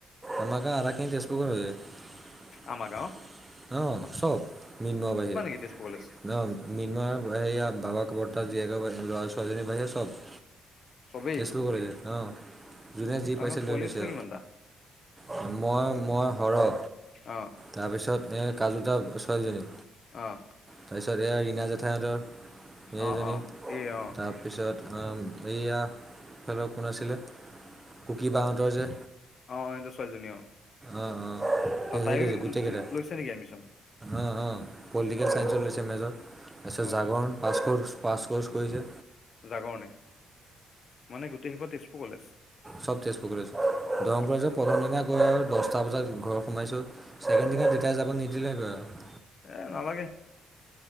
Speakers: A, on the right (about 15°); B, on the left (about 50°).
A: আমাৰাকে আধাখিনি তেজপুৰক <unintelligible>
B: আমাৰ গাঁৱৰ
A: আহ চব মিনোৱা
B: <unintelligible>
A: ন মিনাৰ বাহি বাবাক বৰ্তা জীয়েকৰাহ ল'ৰা ছোৱালীজনীৰ বাহিৰে চব
B: চবেই
A: তেজপুৰ কলেজত ন? যোনে যি
B: আমাৰ
A: পাইছে
B: গাঁৱত পোৱালি
A: লৈ লৈছে
B: আছিলে কিমানটা
A: আৰু মই মই হৰহ
B: অ
A: তাৰপিছত এই কাজুটা ছোৱালীজনী
B: অ'।
A: তাৰপিছত এইয়া ৰীণা জেঠাইহঁতৰ এইজনী।
B: অ অ
A: তা
B: এই অ
A: তাৰপিছত এইয়া এইফালৰ কোন আছিলে কুকী বাহঁতৰ যে
B: অ' ইহ'তৰ ছোৱালীজনী অ'।
A: অ' অ'
B: ত
A: সেই
B: তাইও
A: সেই কেইযোৰ গোটেই কেইটা।
B: লৈছে নেকি এডমিশন
A: অঁ অঁ পলিটিকেল
B: অ
A: ছাইঞ্চত লৈছে মেজৰ, তাৰপিছত
B: অ
A: জাগৰণ পাছ ক'ৰ্চ পাছ ক'ৰ্চ কৰিছে।
B: জাগৰণে মানে গোটেই সোপা তেজপুৰ কলেজ?
A: চব তেজপুৰ কলেজ, দৰং
B: বাপৰে
A: কলেজৰ প্ৰথম দিনা গৈ আৰু দহটা বজাত ঘৰত সোমাইছোঁ, ছেকেণ্ড দিনা দেতাই যাব নিদিলে গৈ আৰু।
B: এ নালাগে।